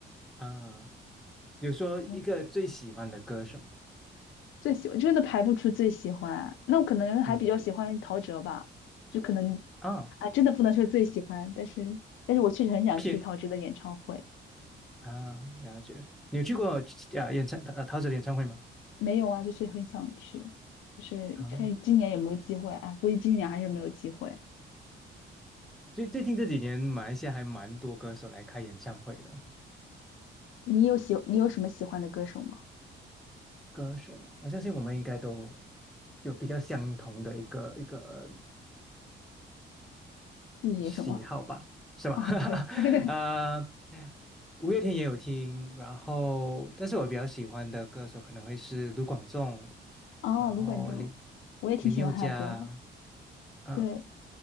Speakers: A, in the centre; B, on the left.
A: 啊。有说一个最喜欢的歌手，
B: 嗯最喜欢真的排不出最喜欢，那我可能还比较喜欢陶喆吧，
A: 嗯
B: 就可能
A: 啊，
B: 啊，真的不能说最喜欢，但是但是我确实很想去陶喆的演唱会。
A: 片啊，感觉，你有去过啊演唱呃陶喆的演唱会吗？
B: 没有啊，就是很想去，就是看今年有没有机会。
A: 啊。
B: 哎，估计今年还是没有机会。
A: 最最近这几年，马来西亚还蛮多歌手来开演唱会的。
B: 你有喜你有什么喜欢的歌手吗
A: 歌手嘛，我相信我们应该都有比较相同的一个一个
B: ？B
A: 喜好吧，
B: 什么
A: 是吧？
B: ？OK，
A: <laughs> 呃，
B: <laughs>
A: 五月天也有听，然后但是我比较喜欢的歌手可能会是卢广仲，
B: 哦，
A: 然后林
B: 卢冠中，我也挺喜欢他的歌的。
A: 林宥嘉，嗯，
B: 对，